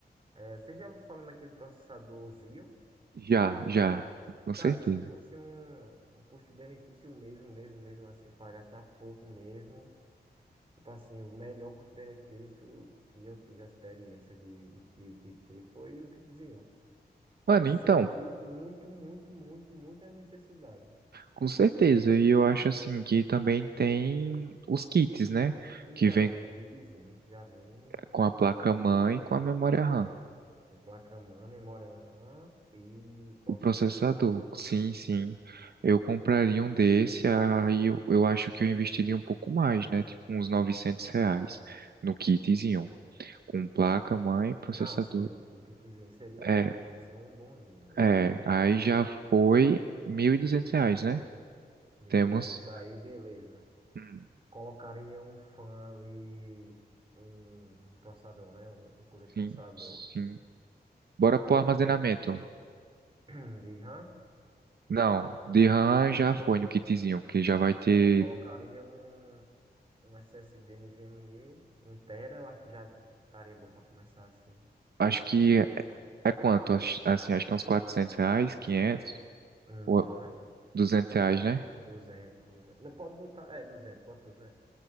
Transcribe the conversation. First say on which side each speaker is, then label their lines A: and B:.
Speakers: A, on the right; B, on the right.
A: É, você já ouviu falando aqui do processador Xeon?
B: já, já. Com
A: Cara,
B: certeza.
A: se fosse um, um custo-benefício mesmo, mesmo, mesmo assim, pra gastar pouco mesmo. Tipo assim, o melhor custo-benefício que eu tive a experiência de, de, de, de ter foi o que diziam.
B: Mano,
A: Serviu
B: então,
A: muito, muito, muito, muito à necessidade.
B: com certeza. E eu acho assim que também tem os kits, né?
A: Então,
B: Que vem
A: o kitzinho que já vem
B: com a placa-mãe e com a memória RAM.
A: em placa-mãe, memória RAM e processador.
B: O processador, sim, sim. Eu compraria um desse, aí eu, eu acho que eu investiria um pouco mais, né? Tipo uns 900 reais no kitzinho, com placa, mãe, processador.
A: Não, sim, o, o kitzinho seria
B: É,
A: um, teria que ser um bonzinho ali
B: é,
A: e tal.
B: aí já foi 1.200 reais, né?
A: 1.200,
B: Temos.
A: aí beleza.
B: Hum,
A: Colocaria um fã ali, um, um processador, né? Um, um cooler
B: Sim,
A: processador.
B: sim. Bora pro armazenamento.
A: Coloca <clears throat> de RAM.
B: Não, de RAM já foi no kitzinho, que já vai ter.
A: Ah, colocaria um, um SSD NVMe, um tera, eu acho que já estaria bom para começar assim.
B: Acho que é é quanto? Acho- Assim, acho que é uns 400 reais, 500
A: Não,
B: ou 200 reais, né?
A: duzentos duzentos Não, pode botar, é, duzentos bota duzentos